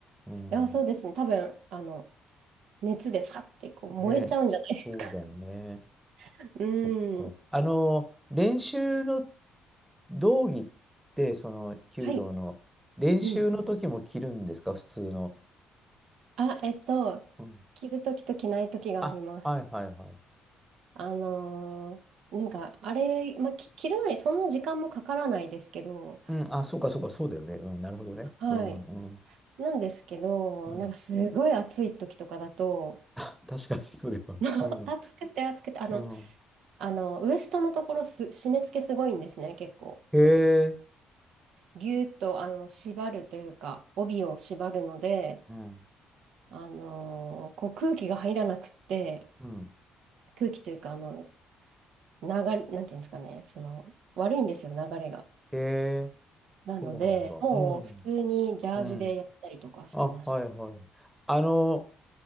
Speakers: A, in the centre; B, on the right.
A: うん。
B: や、そうですね。多分、あの、熱でファってこう燃えちゃうんじゃないですか。
A: ね、そうだよね。
B: <laughs> うん。
A: そっか。あの、練習の道着ってその弓道の練習の時も着るんですか、
B: はい。うん。
A: 普通の。
B: あ、えっと、
A: うん。
B: 着るときと着ないときがあります。
A: あ、はいはいはい。
B: あのーなんか、あれ、まあ、き着るのにそんな時間もかからないですけど、
A: うん、あ、そうかそうか、そうだよね。うん、なるほどね。
B: はい。
A: うんうん。
B: なんですけど、
A: うん。
B: なんかすごい暑いときとかだと、
A: <laughs> あ、確かにそれは。
B: もう <laughs>
A: うん。
B: 暑くて暑くて、あの、
A: うん。
B: あの、ウエストのところす、締め付けすごいんですね、結構。
A: へえ。
B: ぎゅーっと、あの、縛るというか、帯を縛るので、
A: うん。
B: あの、こう空気が入らなくって、
A: うん。
B: 空気というか、あの、流れ、なんていうんですかね、その、悪いんですよ、流れが。
A: へえ。
B: なので、
A: そうなんだ。
B: もう普通にジャージでやったりとかしてました。
A: うん。うん。あ、はいはい。あの、